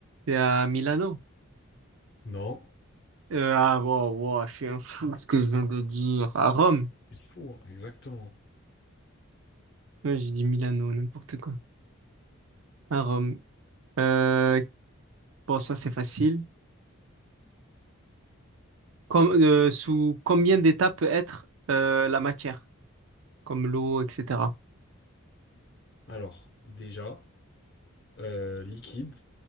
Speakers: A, on the right (about 70°); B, on the left (about 50°).
A: C'est à Milano.
B: Non.
A: Euh, ah, wow, wow, je suis un fou de ce que je viens de dire. À Rome.
B: C'est c'est fou, hein. Exactement.
A: Ouais, j'ai dit Milano, n'importe quoi. À Rome. Euh, bon, ça, c'est facile. Com- euh, sous combien d'états peut être euh, la matière? Comme l'eau, etc.
B: Alors, déjà, euh, liquide,